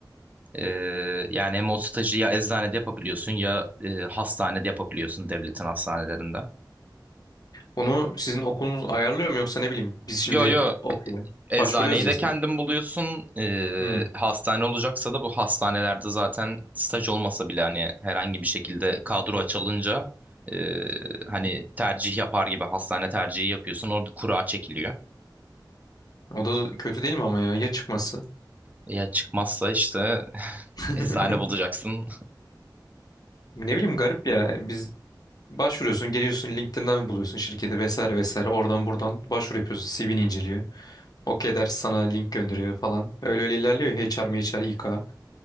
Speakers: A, on the right; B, on the left.
A: Ee, yani hem o stajı ya eczanede yapabiliyorsun ya e, hastanede yapabiliyorsun devletin hastanelerinde.
B: Onu sizin okulunuz ayarlıyor mu yoksa ne bileyim biz şimdi
A: Yo yo
B: okuyalım.
A: eczaneyi
B: Başvuruyoruz
A: de
B: ya siz.
A: kendin buluyorsun. Ee,
B: Hı.
A: hastane olacaksa da bu hastanelerde zaten staj olmasa bile hani herhangi bir şekilde kadro açılınca e,
B: Hı
A: hani
B: hı.
A: tercih yapar gibi hastane tercihi yapıyorsun. Orada kura çekiliyor.
B: O da kötü değil mi ama ya ya çıkması?
A: Ya çıkmazsa işte <laughs>
B: <laughs>
A: eczane bulacaksın.
B: Ne bileyim garip ya. Biz başvuruyorsun, geliyorsun LinkedIn'den buluyorsun şirketi vesaire vesaire. Oradan buradan başvuru yapıyorsun. CV'ni inceliyor. Okey der sana link gönderiyor falan. Öyle öyle ilerliyor ya. HR, MHR, İK.